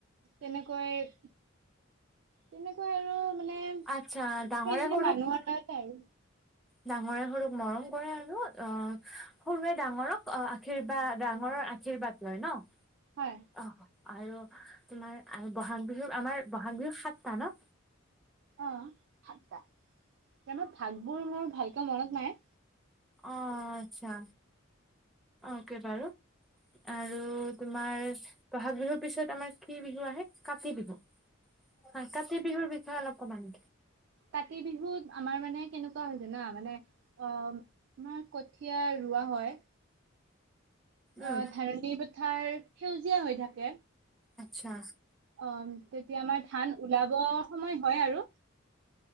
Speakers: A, on the right; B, in the centre.
A: তেনেকৈ তেনেকৈ আৰু মানে
B: আচ্ছা ডাঙৰে
A: সেইদিনা
B: সৰুক
A: মানুহ এটাতে আৰু
B: ডাঙৰে সৰুক মৰম কৰে আৰু অ সৰুৱে ডাঙৰক আশীৰ্বাদ ডাঙৰৰ আশীৰ্বাদ লয় ন
A: হয়
B: অ আৰু তোমাৰ আৰু বহাগ বিহু আমাৰ বহাগ বিহু সাতটা ন
A: অ সাতটা এনে ভাগবোৰ মোৰ ভালকে মনত নাই।
B: অ আচ্ছা অ অকে বাৰু আৰু তোমাৰ বহাগ বিহুৰ পিছত আমাৰ কি বিহু আহে কাতি বিহু হয় কাতি বিহুৰ বি কিয় অলপ কনাম
A: কাতি বিহুত আমাৰ মানে কেনেকুৱা হয় জানা মানে অ আমাৰ কঠীয়া ৰোৱা হয়
B: উম
A: অ ধানণি পথাৰ সেউজীয়া হৈ থাকে
B: আচ্ছা
A: অ তেতিয়া আমাৰ ধান ওলাব সময় হয় আৰু